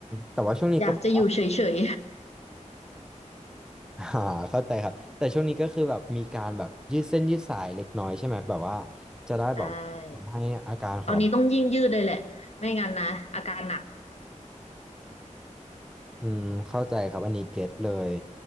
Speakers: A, in the centre; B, on the left (about 55°).
A: แต่ว่าช่วงนี้ก็แบบว่า
B: อยากจะอยู่เฉย
A: <laughs> อ่าเข้าใจครับแต่ช่วงนี้ก็คือแบบมีการแบบยืดเส้นยืดสายเล็กน้อยใช่ไหมแบบว่าจะได้แบบทำให้อาการของเรา
B: ๆ <laughs> ได้ตอนนี้ต้องยิ่งยืดเลยแหละไม่งั้นนะอาการหนัก
A: อืมเข้าใจครับอันนี้เก็ตเลย